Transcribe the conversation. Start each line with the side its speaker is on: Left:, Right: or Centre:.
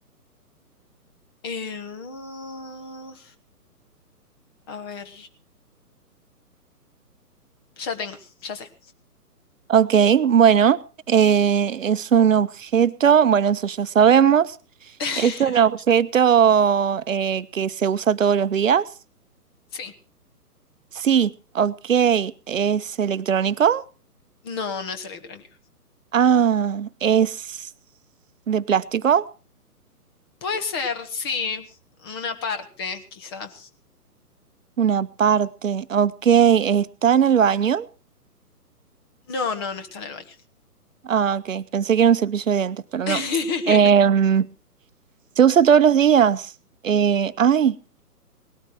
Left: Eh, mm, a ver. Ya tengo, ya sé.
Right: Ok, bueno, eh, es un objeto, bueno, eso ya sabemos.
Left: <laughs>
Right: ¿Es un objeto eh, que se usa todos los días?
Left: Sí.
Right: Sí, ok. ¿Es electrónico?
Left: No, no es electrónico.
Right: Ah, ¿es de plástico?
Left: Puede ser, sí. Una parte, quizá.
Right: Una parte. Ok, ¿está en el baño?
Left: No, no, no está en el baño.
Right: Ah, ok. Pensé que era un cepillo de dientes, pero
Left: <laughs>
Right: no. Em, ¿se usa todos los días? Eh, ay,